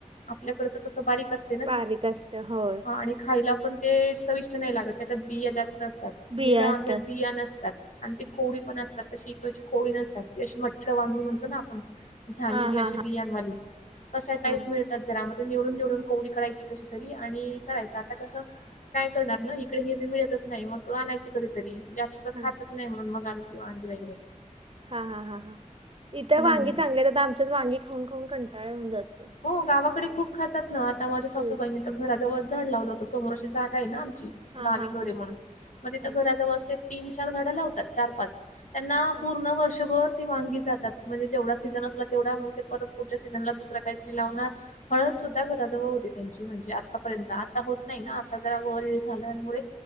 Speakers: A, on the left; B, on the right.
A: आपल्याकडचं कसं बारीक असत
B: बारीक असतं हो
A: आणि खायला पण ते चविष्ट नाही लागत त्याच्यात बिया जास्त असतात
B: बिया
A: हिरव्या वांग्यात
B: असतात
A: बिया नसतात आणि ते कोवळी पण असतात तशी इकडची कोवळी नसतात की अशी मठ वांगी म्हणतो ना आपण झालेली
B: हा हा
A: अशी
B: हा
A: बियांवाले तशा टाईप
B: हा
A: मिळतात जरा मग ते निवडून निवडून कोवडी करायची कशी करायच आता कस काय करणार इकडे हिरवी मिळतच नाही मग आणायचं कधीतरी जास्त
B: हा
A: खातच नाही म्हणून मग की वांगी वगैरे
B: हा हा हा हा इथं
A: हम्म
B: वांगी चांगले आहेत आमच्यात वांगी खाऊन खाऊन कंटाळा येऊन जातो
A: हो गावाकडे खूप खातात ना आता माझ्या सासूबाईनी
B: हो
A: घरा जवळच झाड लावलं होतं समोर अशी जागा आहे ना आमची
B: हा
A: गावी
B: हा
A: घरे
B: हा
A: म्हणून मग तिथं
B: हा
A: घराजवळ असते तीन चार झाडं लावतात चार पाच त्यांना
B: हा
A: पूर्ण वर्षभर ती वांगी जातात म्हणजे जेवढा सीझन असला तेवढा मग ते परत पुढच्या् सीझनला दुसरा काहीतरी लावणार हळद सुद्धा घराजवळ होती त्यांची म्हणजे आतापर्यंत आता होत नाही ना आता जरा वय झाल्यामुळे